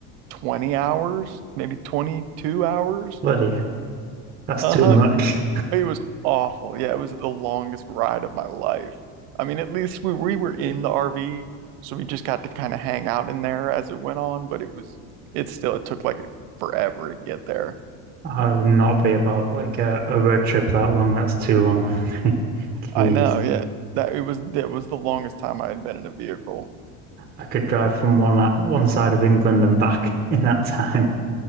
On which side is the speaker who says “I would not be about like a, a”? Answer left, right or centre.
Right